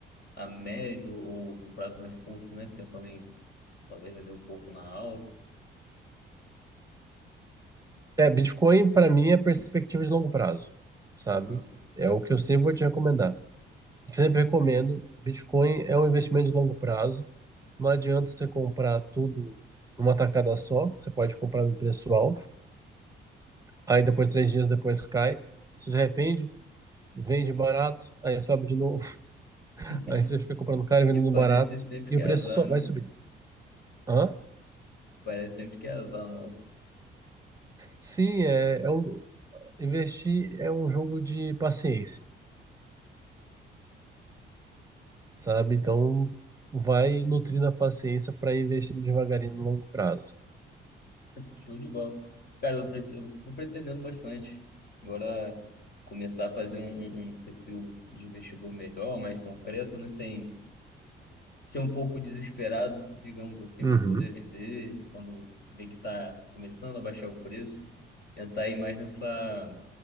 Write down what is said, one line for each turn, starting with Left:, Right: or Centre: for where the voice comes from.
Left: a médio ou um prazo mais curto, né? Pensando em talvez vender um pouco na alta.
Right: É, Bitcoin para mim é perspectiva de longo prazo, sabe?
Left: Uhum.
Right: É o que eu sempre vou te recomendar. Sempre recomendo, Bitcoin é um investimento de longo prazo. Não adianta você comprar tudo numa tacada só, que você pode comprar num preço alto, aí depois, três dias depois cai, você se arrepende, vende barato, aí sobe de novo.
Left: <laughs>
Right: Aí você fica comprando caro e vendendo
Left: E parece
Right: barato
Left: sempre
Right: e
Left: que
Right: o
Left: é
Right: preço
Left: azar,
Right: só
Left: né?
Right: vai subindo. Hã?
Left: Parece sempre que é azar, nossa.
Right: Sim, é, é um, investir é um jogo de paciência, sabe? Então vai nutrindo a paciência para ir investindo devagarinho no longo prazo.
Left: Show de bola. Cara, eu, preci- eu tô pretendendo bastante. Agora começar a fazer um, um- um perfil de investidor melhor, mais concreto, né? Sem ser um pouco desesperado, digamos assim,
Right: Uhum.
Left: para poder vender. Quando vê que tá começando a baixar o preço, tentar ir mais nessa,